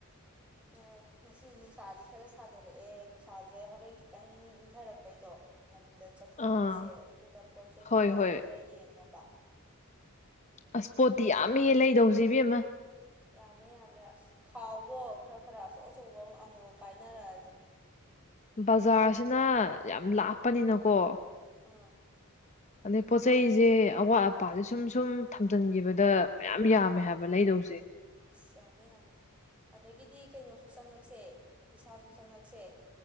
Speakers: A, in the centre; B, on the left.
A: ꯑꯣ꯫ ꯉꯁꯤ ꯅꯨꯡꯁꯥꯗꯤ ꯈꯔ ꯁꯥꯗꯣꯔꯛꯑꯦ ꯅꯨꯡꯁꯥꯁꯦ ꯍꯣꯔꯦꯟ ꯈꯤꯇꯪ ꯏꯪꯊꯔꯛꯄꯩꯗꯣ ꯑꯗꯨꯗ ꯆꯠꯊꯣꯛꯎꯔꯁꯦ
B: ꯑꯥ
A: ꯑꯗꯨꯒ ꯄꯣꯠ ꯆꯩ
B: ꯍꯣꯏ
A: ꯀꯩꯀꯥꯗꯣ
B: ꯍꯣꯏ
A: ꯈꯔ ꯌꯦꯡꯅꯕ꯫
B: ꯑꯁ ꯄꯣꯠꯇꯤ ꯌꯥꯝꯃꯤꯍꯦ ꯂꯩꯗꯧꯁꯤ ꯏꯕꯤꯝ ꯃꯥ
A: ꯌꯥꯝꯃꯦ ꯌꯥꯝꯃꯦ ꯑꯁ ꯈꯥꯎꯗꯣ ꯈꯔ ꯈꯔ ꯑꯆꯧ ꯑꯆꯧꯕ ꯑꯃꯃꯝ ꯄꯥꯏꯅꯔꯛꯑꯁꯦ꯫
B: ꯕꯖꯥꯔꯁꯤꯅ ꯌꯥꯝ ꯂꯥꯞꯄꯅꯤꯅꯀꯣ꯫
A: ꯑꯥ꯫
B: ꯑꯗꯩ ꯄꯣꯠ ꯆꯩꯩꯁꯦ ꯑꯋꯥꯠ ꯑꯄꯥꯁꯦ ꯁꯨꯝ ꯁꯨꯝ ꯊꯝꯖꯤꯟꯈꯤꯕꯗ ꯃꯌꯥꯝ ꯌꯥꯝꯃꯦ ꯍꯥꯏꯕ ꯂꯩꯗꯧꯁꯦ꯫
A: ꯑꯁ ꯌꯥꯝꯃꯦ ꯌꯥꯝꯃꯦ꯫ ꯑꯗꯒꯤꯗꯤ ꯀꯩꯅꯣꯁꯨ ꯆꯪꯉꯛꯁꯦ ꯕꯤꯁꯜꯁꯨ ꯆꯪꯉꯛꯁꯦ꯫